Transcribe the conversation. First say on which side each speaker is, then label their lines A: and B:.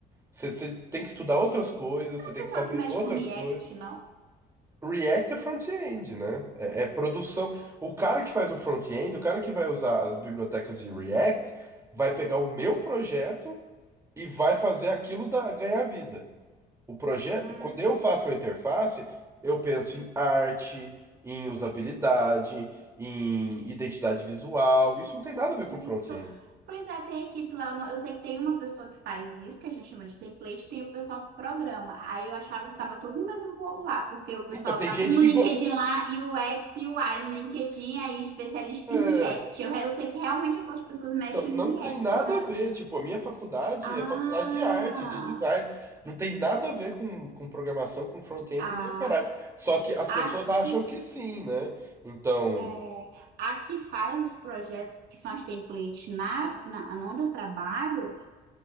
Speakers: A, on the right; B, on the right.
A: Você, você tem que estudar outras coisas,
B: não
A: você
B: é
A: tem
B: o pessoal
A: que saber
B: que mexe
A: outras
B: com React,
A: coisas.
B: não?
A: React é front-end, né? É, é produção. O cara que faz o front-end, o cara que vai usar as bibliotecas de React, vai pegar o meu projeto e vai fazer aquilo da, ganhar vida. O projeto,
B: Hum.
A: quando eu faço uma interface, eu penso em arte, em usabilidade, em identidade visual. Isso não tem nada
B: Gente,
A: a ver com front-end.
B: que lou- Pois é, tem equipe lá. Eu não- eu sei que tem uma pessoa que faz isso, que a gente chama de template, tem o pessoal que programa. Aí eu achava que tava tudo no mesmo bolo lá, porque o pessoal
A: Então, tem
B: tá
A: gente
B: tudo no
A: que
B: LinkedIn
A: go...
B: lá, e o X e o Y no LinkedIn, aí especialista
A: é,
B: em React. Eu, eu sei que realmente aquelas pessoas mexem
A: então, não
B: em
A: tem
B: React,
A: nada
B: né?
A: a ver. Tipo, a minha faculdade
B: Ah,
A: é faculdade de arte, de design. Não tem nada a ver com, com programação, com front-end,
B: a,
A: nem o caralho. Só que as
B: a
A: pessoas
B: que,
A: acham que sim, né? Então,
B: é, a que faz os projetos que são os templates na, na, onde eu trabalho,